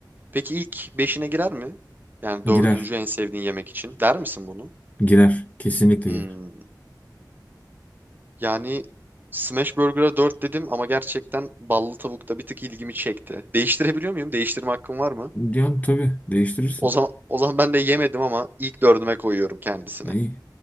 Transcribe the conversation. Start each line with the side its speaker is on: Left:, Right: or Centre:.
Right: Peki ilk beşine girer mi? Yani dördüncü
Left: Girer.
Right: en sevdiğin yemek için. Der misin bunu?
Left: Girer. Kesinlikle
Right: Hmm.
Left: girer.
Right: Yani Smash Burger'a 4 dedim ama gerçekten ballı tavukta bir tık ilgimi çekti. Değiştirebiliyor muyum? Değiştirme hakkım var mı?
Left: Yani tabii değiştirirsin.
Right: O zaman o zaman ben de yemedim ama ilk dördüme koyuyorum kendisini.
Left: E, İyi.